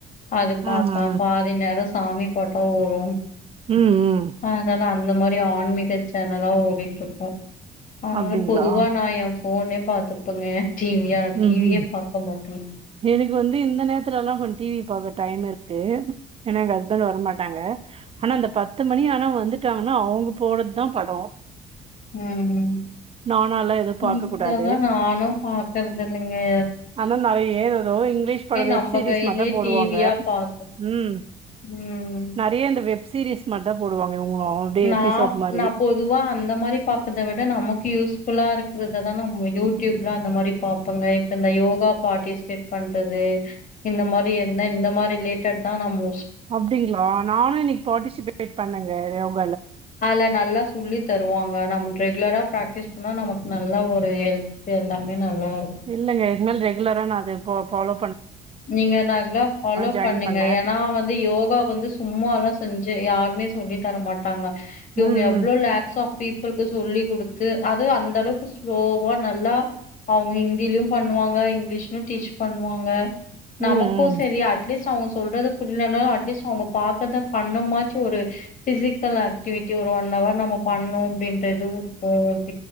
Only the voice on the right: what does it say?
ஆ ஆ
ம் ம்
அப்டிங்களா
ம் ம்
எனக்கு வந்து இந்த நேரத்துலா கொஞ்ச டிவி டைம் இருக்கு ஏனா எங்க ஹஸ்பண்ட் வர மாட்டாங்க ஆனா அந்த பத்து மணி ஆனா வந்துட்டாங்கன்னா அவுங்க போடது தா படோ
நானால்லா எதுவு
பாக்க
கூடாது
ஆனா நெறைய ஏ ஏதோ இங்கிலீஷ் பட வெப்
சீரிஸ்
மாரிதா போடுவாங்க
ம்
நெறைய இந்த வெப் வெப் சீரிஸ் மட்டு போடுவாங்க இவுங்களு அப்டியே
எபிசோட் மாரி
அப்டிங்ளா நானு இன்னிகு பாடிசிபேட் பண்ணங் கவு
இல்லங்க இதுக்கு க்கு மேல் ரெகுலரா நான் அது போ பாலோ
ஜாயின்
பண்ணே
ம்
ம்
ம்
ம்